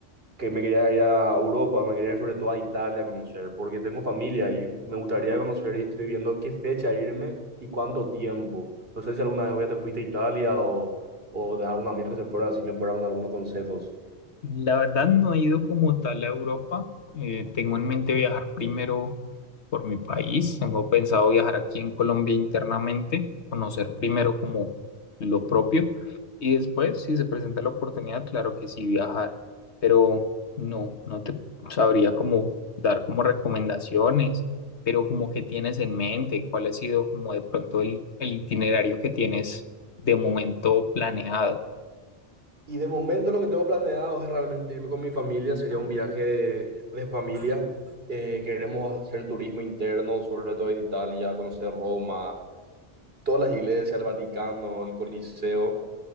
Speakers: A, on the right; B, on the left.
A: que me quería ir a Europa, me quería ir sobre todo a Italia a conocer, porque tengo familia ahí y me gustaría conocer y estoy viendo qué fecha irme y cuánto tiempo. No sé si alguna vez ya te fuiste a Italia o, o de algún amigo que se fuera, si me puedes dar algunos consejos.
B: La verdad no he ido como tal a Europa. Eh, tengo en mente viajar primero por mi país. Tengo pensado viajar aquí en Colombia internamente, conocer primero como lo propio y después, si se presenta la oportunidad, claro que sí viajar. Pero no, no te sabría como dar como recomendaciones, pero como que tienes en mente, cuál ha sido como de pronto el, el itinerario que tienes de momento planeado
A: Y de momento lo que tengo planeado es realmente irme con mi familia, sería un viaje de, de familia. Eh, queremos hacer turismo interno, sobre todo en Italia, conocer Roma, todas las iglesias, el Vaticano, el Coliseo,